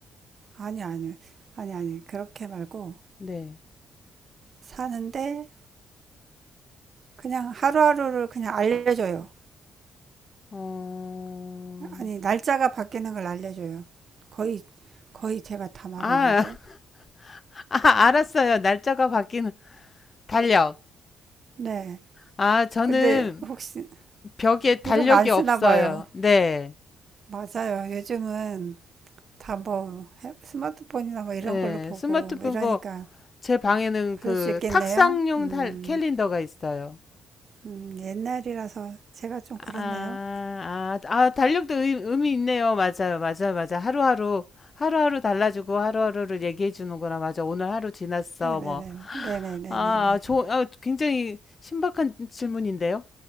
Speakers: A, on the right; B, on the left.
A: 아니 아니 아니 아니 그렇게 말고
B: 네.
A: 사는데 그냥 하루하루를 그냥 알려줘요.
B: 어,
A: 아니 날짜가 바뀌는 걸 알려줘요. 거의 거의 제가 다 말했는데
B: 아, <laughs> 아, 알았어요. 날짜가 바뀌는, 달력.
A: 네
B: 아, 저는
A: 근데 혹시
B: 벽에 달력이
A: 이런 거 안 쓰나
B: 없어요.
A: 봐요.
B: 네.
A: 맞아요. 요즘은 다 뭐 스마트폰이나 뭐 이런
B: 네
A: 걸로 보고
B: 스마트폰
A: 뭐 이러니까
B: 거, 제 방에는
A: 그럴
B: 그
A: 수 있겠네요.
B: 탁상용
A: 음,
B: 달, 캘린더가 있어요.
A: 음, 옛날이라서 제가 좀 그렇네요.
B: 아, 아, 아, 달력도 의, 의미 있네요. 맞아요, 맞아요, 맞아. 하루하루, 하루하루 달라지고 하루하루를 얘기해 주는구나. 맞아. 오늘 하루 지났어.
A: 네네네.
B: 뭐.
A: 네네네네네.
B: 아, 아, 조, 아, 굉장히 신박한 질문인데요.